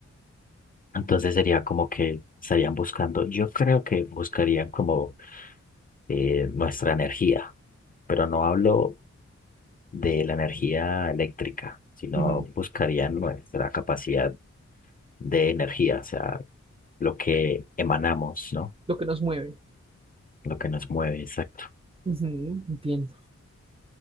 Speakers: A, on the left; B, on the right.
A: Entonces sería como que estarían buscando, yo creo que buscarían como eh, nuestra energía, pero no hablo de la energía eléctrica, sino
B: ujú,
A: buscarían nuestra capacidad de energía, o sea, lo que emanamos, ¿no?
B: Lo que nos mueve.
A: Lo que nos mueve, exacto.
B: Ujú, entiendo.